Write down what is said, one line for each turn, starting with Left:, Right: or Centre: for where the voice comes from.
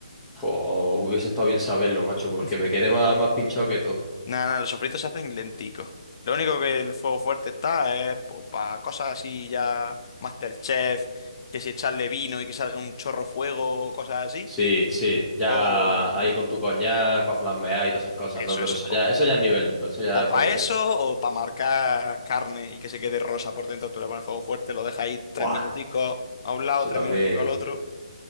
Centre: Jo, hubiese estado bien saberlo, macho, porque
Left: <laughs>
Centre: me quedé más, más pinchado que tú.
Left: Nada, nada, los sofritos se hacen lenticos. Lo único que el fuego fuerte está es para cosas así ya MasterChef, que si echarle vino y que salga un chorro fuego, cosas así.
Centre: Sí, sí, ya
Left: O
Centre: ahí con tu coñac para flambear y todas esas cosas,
Left: eso,
Centre: ¿no? Pero
Left: eso.
Centre: eso ya, eso ya es nivel, tío, eso ya
Left: O
Centre: es otro
Left: para
Centre: nivel.
Left: eso, o para marcar carne y que se quede rosa por dentro, tú le pones fuego fuerte, lo dejas ahí
Centre: ¡Buah!
Left: tres minuticos a un lado,
Centre: eso
Left: tres
Centre: también.
Left: minuticos al otro.